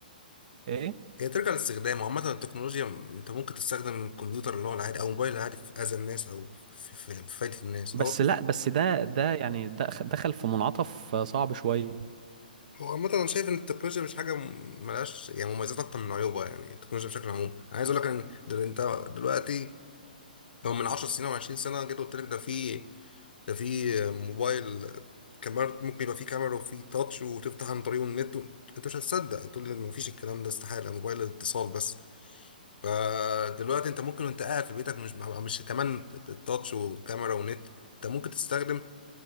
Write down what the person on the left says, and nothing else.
هي ترجع للاستخدام عامة التكنولوجيا انت ممكن تستخدم الكمبيوتر اللي هو العادي او الموبايل العادي في اذى الناس او في, في, في فايدة الناس
هو
هو عامة انا شايف ان التكنولوجيا مش حاجة م- ملهاش يعني مميزات اكتر من عيوبها يعني التكنولوجيا بشكل عام انا عايز اقول لك ان دل انت دلوقتي لو من 10 سنين او 20 سنة جيت قلت لك ده في ده في موبايل كاميرا ممكن يبقى فيه كاميرا وفيه تاتش وتفتح عن طريقه النت و... انت مش هتصدق تقول لي مفيش الكلام ده استحالة موبايل اتصال بس فدلوقتي انت ممكن وانت قاعد في بيتك مش مش كمان التاتش وكاميرا ونت انت ممكن تستخدم